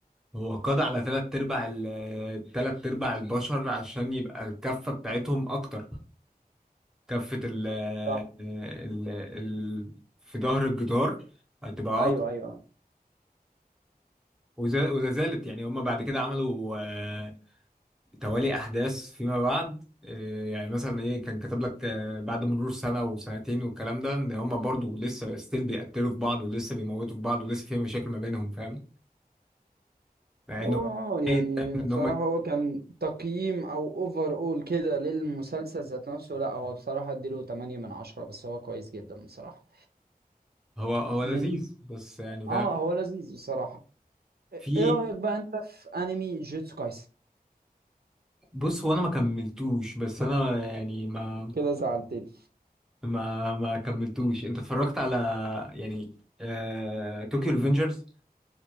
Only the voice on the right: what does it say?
صح
ايوه
ايوه
هو
اه يعني
بصراحة
هو كان تقييم او اوفر اول كده للمسلسل ذات نفسه لا هو بصراحة اديله 8 من 10 بس هو كويس جدا بصراحة
من
اه
هو لذيذ بصراحة ايه
إيه رأيك بقى انت في انمي جوتسو كايسن
كده زعلتني